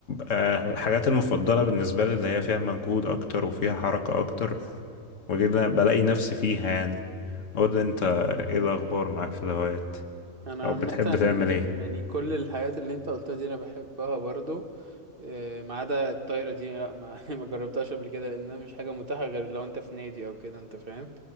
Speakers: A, on the left; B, on the right.
A: آه، الحاجات المفضلة بالنسبة لي اللي هي فيها مجهود أكتر وفيها حركة أكتر ودي اللي أنا بلاقي نفسي فيها يعني قول لي أنت إيه الأخبار معاك في الهوايات
B: انا
A: أو
B: عامه
A: بتحب تعمل إيه؟
B: يعني كل الحاجات اللي انت قلتها دي انا بحبها برضو آه، ما عدا الطايره دي لا ما <laughs> ما جربتهاش قبل كده لانها مش حاجه متاحه غير لو انت في نادي او كده انت فاهم